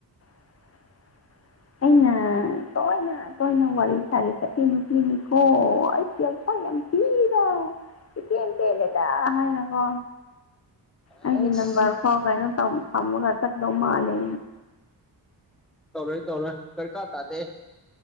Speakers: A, on the left; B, in the centre.
A: <inaudible> ꯑꯩꯅ ꯇꯣꯏꯅ ꯇꯣꯏꯅ ꯋꯥꯔꯤ ꯁꯥꯔꯤꯁꯦꯑꯁꯤ ꯅꯨꯄꯤꯅꯤꯀꯣ ꯑꯁ ꯌꯥꯝ ꯁꯛ ꯌꯥꯝ ꯊꯤꯕ ꯏꯇꯦꯟ ꯇꯦꯜꯂꯤꯗ ꯍꯥꯏꯅꯀꯣ
B: ꯑꯁ
A: ꯑꯩꯒꯤ ꯅꯝꯕꯔ ꯐꯥꯎ ꯀꯩꯅꯣ ꯇꯧ ꯊꯝꯃꯒ ꯆꯠꯀꯗꯧ ꯃꯥꯜꯂꯦ
B: ꯇꯧꯔꯣꯏ ꯇꯧꯔꯣꯏ ꯗꯔꯀꯥꯔ ꯇꯥꯗꯦ